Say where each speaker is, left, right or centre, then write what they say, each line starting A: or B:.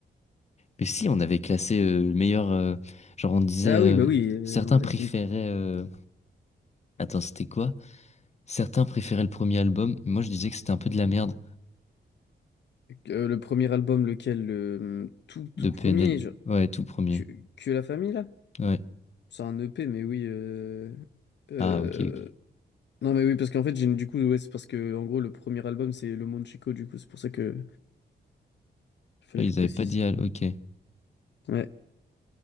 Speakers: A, on the left (about 35°); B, on the left (about 70°).
A: Mais si, on avait classé euh, le meilleur, euh, genre on disait,
B: Ah
A: euh,
B: oui, bah oui, euh,
A: certains
B: on avait
A: préféraient,
B: fait une-
A: euh, attends, c'était quoi? Certains préféraient le premier album, mais moi je disais que c'était un peu de la merde
B: Euh, le premier album, lequel? Le tout, tout
A: de
B: premier,
A: PNL.
B: genre...
A: Ouais, tout premier.
B: Que, que la famille, là?
A: Ouais.
B: C'est un EP, mais oui... Euh... euh,
A: Ah, ok, ok.
B: Non mais oui parce qu'en fait j'ai du coup ouais c'est parce que en gros le premier album c'est Le Monde Chico du coup c'est pour ça que fallait
A: Ouais,
B: que
A: ils
B: je précise.
A: avaient pas dit, al- ok.
B: Ouais